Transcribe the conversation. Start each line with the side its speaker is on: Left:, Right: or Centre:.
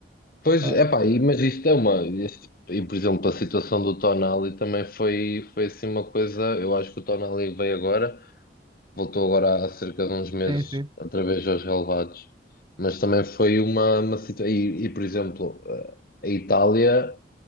Left: pois,
Right: Epá.
Left: epá, e, mas isto é uma, este- e por exemplo, a situação do Tonali também foi, foi assim uma coisa, eu acho que o Tonali veio agora. Voltou agora há cerca de uns meses,
Right: Sim, sim,
Left: outra vez aos relevados. Mas também foi uma, uma situação. E, e, por exemplo, eh, a Itália